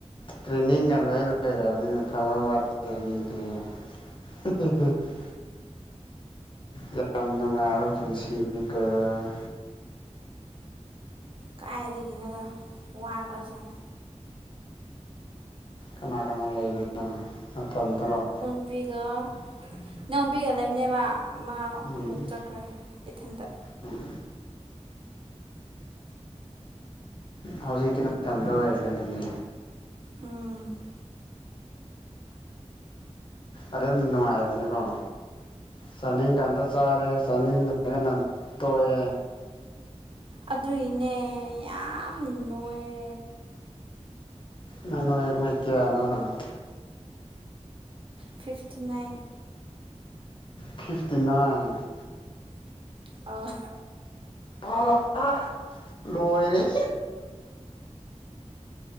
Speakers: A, on the left; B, on the right.
A: ꯇ꯭ꯔꯦꯟꯅꯤꯡꯒ ꯂꯣꯏ ꯂꯩꯔꯕꯅꯤꯅ ꯊꯕꯛ ꯋꯥꯠꯇꯦ ꯃꯤꯗꯤ <unintelligible> ꯌꯥꯝ ꯅꯨꯡꯉꯥꯏꯕ ꯄꯨꯟꯁꯤꯅꯤꯀꫭ
B: ꯀꯥꯏꯗꯒꯤꯅꫭꯗ ꯋꯥꯈꯔꯕ ꯖꯥꯠꯅꯤ
A: ꯀꯅꯥ ꯀꯅꯥ ꯂꯩꯕꯅꯣ ꯅꯊꯟꯇ꯭ꯔꫭ
B: ꯅꯨꯄꯤꯒ ꯏꯅꯥꯎꯅꯨꯄꯤꯒ ꯂꯩꯕꯅꯦꯕ ꯃꯥ
A: ꯎꯝ
B: ꯑꯃꯨꯛ ꯆꯠꯈ꯭ꯔꯦ ꯏꯊꯟꯇ
A: ꯎꯝ ꯍꯧꯖꯤꯛꯇꯤ ꯅꯊꯟꯗ ꯑꯣꯏꯔꯅꯦ ꯑꯗꯨꯝꯗꯤ
B: ꯎꯝ
A: ꯑꯗꯨꯅ ꯅꯨꯡꯉꯥꯏꯕꯅꯤꯀꯣ ꯆꯥꯅꯤꯡ ꯀꯥꯟꯗ ꯆꯥꯔꯦ ꯆꯥꯅꯤꯡꯗꯔꯒꯅ ꯇꯣꯛꯑꯦ
B: ꯑꯗꯨꯒꯤꯅꯦ ꯌꯥꯝ ꯅꯣꯏꯔꯦ
A: ꯅꯪ ꯅꫭꯏ ꯑꯣꯡꯡꯡ <unintelligible>
B: ꯐꯤꯞꯇꯤ ꯅꯥꯏꯟ
A: ꯐꯤꯞꯇꯤ ꯅꯥꯏꯟ
B: ꯑꯥ
A: ꯑ ꯑ ꯂꯣꯏꯔꯦ